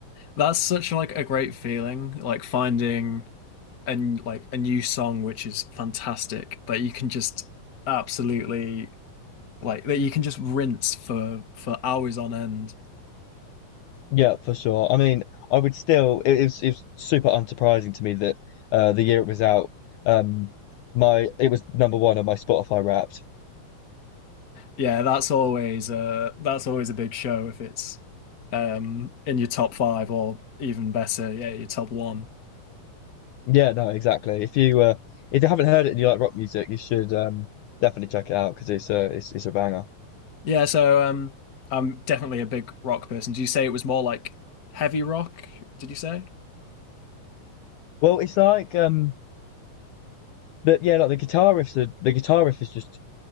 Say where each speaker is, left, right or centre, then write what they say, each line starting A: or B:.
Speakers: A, on the left (about 35°); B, on the left (about 75°).
A: That's such like a great feeling, like finding. and like a new song which is fantastic that you can just absolutely like that you can just rinse for for hours on end.
B: Yeah, for sure. I mean, I would still. It, it was super unsurprising to me that uh, the year it was out, um, my it was number one on my Spotify Wrapped.
A: Yeah, that's always uh that's always a big show if it's um in your top five or even better, yeah, your top one.
B: Yeah, no, exactly. If you uh, if you haven't heard it and you like rock music, you should um, definitely check it out because it's a it's it's a banger.
A: Yeah, so um I'm definitely a big rock person. Do you say it was more like heavy rock, did you say?
B: Well, it's like um, but yeah, like the guitar riffs. The, the guitar riff is just.